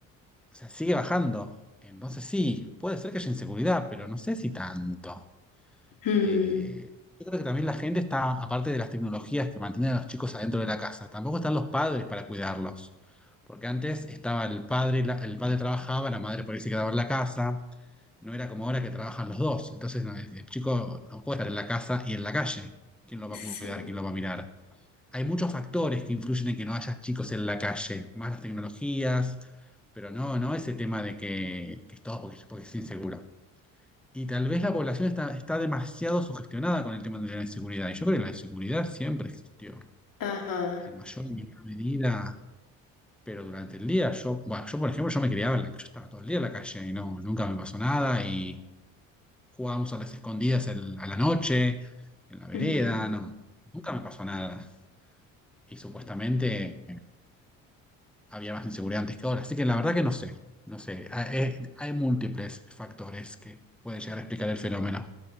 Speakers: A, in the centre; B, on the left.
A: O sea, sigue bajando. Entonces sí, puede ser que haya inseguridad, pero no sé si tanto.
B: Mm,
A: Eh, yo creo que también la gente está, aparte de las tecnologías que mantienen a los chicos adentro de la casa, tampoco están los padres para cuidarlos. Porque antes estaba el padre, y la- el padre trabajaba, la madre por ahí se quedaba en la casa. No era como ahora que trabajan los dos. Entonces no, el chico no puede estar en la casa y en la calle. ¿Quién lo
B: sí,
A: va a cuidar? ¿Quién lo va a mirar? hay muchos factores que influyen en que no haya chicos en la calle, más las tecnologías, pero no, no ese tema de que, que es todo porque, porque es inseguro. Y tal vez la población está, está demasiado sugestionada con el tema de la inseguridad. Y yo creo que la inseguridad siempre existió,
B: ajá.
A: en mayor o menor medida, pero durante el día, yo, bueno, yo por ejemplo, yo me criaba, en la, yo estaba todo el día en la calle y no, nunca me pasó nada y jugábamos a las escondidas el- a la noche, en la vereda,
B: Mm.
A: no, nunca me pasó nada. Y supuestamente había más inseguridad antes que ahora. Así que la verdad que no sé, no sé. Hay, eh, hay múltiples factores que pueden llegar a explicar el fenómeno.